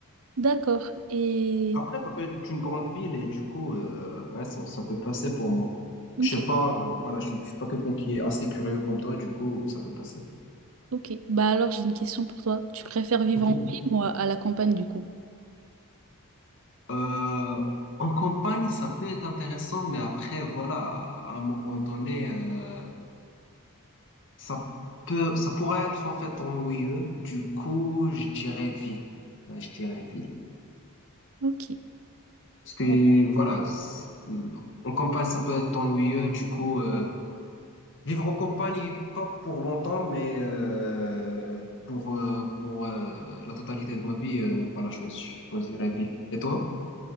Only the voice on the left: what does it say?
Après, ça peut être une grande ville et du coup, euh, ouais, ça, ça peut passer pour moi.
Je sais pas, euh, voilà, je suis, je suis pas quelqu'un qui est assez curieux comme toi, du coup, ça peut passer.
Ok.
Euh, en campagne, ça peut être intéressant, mais après, voilà, à un moment donné, euh, ça peut, ça pourrait être en fait ennuyeux. Du coup, je dirais ville. Ouais, je dirais ville.
Parce que,
voilà, c'est- euh, en campagne, ça peut être ennuyeux. Du coup, euh, Vivre en campagne, pas pour longtemps, mais euh, pour, euh, pour euh, la totalité de ma vie, euh, voilà, je je choisirais ville. Et toi?